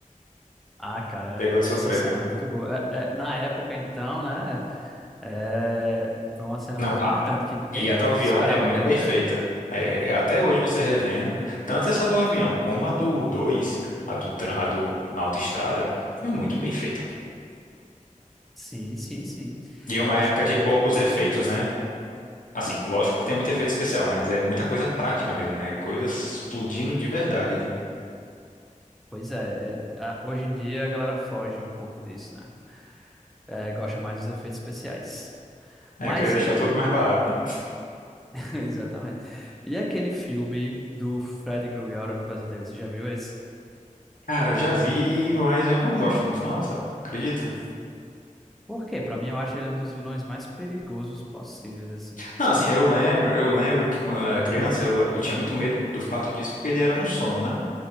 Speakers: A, in the centre; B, on the left.
A: Ah, cara,
B: Pegou
A: é-
B: de
A: essa
B: surpresa.
A: cena é muito boa. É- é, na época, então, né? é, foi uma cena
B: Não,
A: muito
B: a-
A: marcante, que ninguém
B: e a do avião
A: esperava
B: é muito
A: aquela
B: bem
A: ideia.
B: feita. É, é, até hoje você revendo, tanto essa do avião como a do 2, a do, tran- a do na autoestrada, foi muito bem feita,
A: Sim, sim, sim.
B: E é
A: Eu
B: uma
A: acho
B: época
A: que pegou
B: de poucos
A: todo mundo
B: efeitos,
A: de surpresa.
B: né? Assim, lógico que tem muito efeito especial, mas é muita coisa prática mesmo, né? Coisas explodindo de verdade ali.
A: Pois é, é, a- hoje em dia a galera foge um pouco disso, né? É, gosta mais dos efeitos especiais.
B: É,
A: Mas
B: querer deixar
A: e,
B: tudo
A: e-
B: mais barato, né?
A: <laughs> Exatamente. E aquele filme do Fred Krueger, A Hora do Pesadelo, você já viu esse?
B: Cara, eu já vi, mas eu não gosto muito não, sabe? Acredita?
A: Por quê? Pra mim, eu acho ele um dos vilões mais perigosos possíveis, assim.
B: Não,
A: Você
B: assim,
A: não acha,
B: eu
A: não?
B: lembro, eu lembro que quando eu era criança, eu, eu tinha muito medo do fato disso, porque ele era no sono, né?